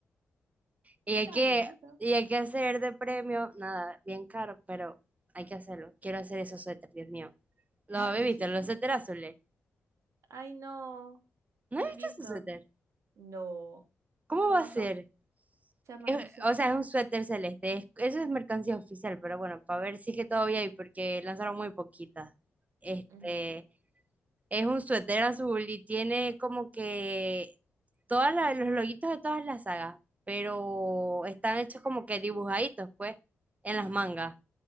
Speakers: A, on the right (about 30°); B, on the right (about 80°).
A: Y hay
B: está
A: que,
B: bien eso.
A: y hay que hacer de premio, nada, bien caro, pero hay que hacerlo. Quiero hacer esos suéteres, Dios mío. ¿Los
B: <laughs>
A: habéis visto? Los suéteres azules.
B: Ay, no.
A: ¿No
B: No
A: he
B: he
A: visto
B: visto.
A: esos suéteres?
B: No.
A: ¿Cómo
B: ¿Cómo
A: va a ser?
B: son? Chama,
A: Es-
B: no sé.
A: o sea, es un suéter celeste. es- eso es mercancía oficial, pero bueno, para ver si es que todavía hay, porque lanzaron muy poquitas. Este,
B: Ujú.
A: es un suéter azul y tiene como que todos los loguitos de todas las sagas, pero están hechos como que dibujaditos, pues, en
B: <gasps>
A: las mangas.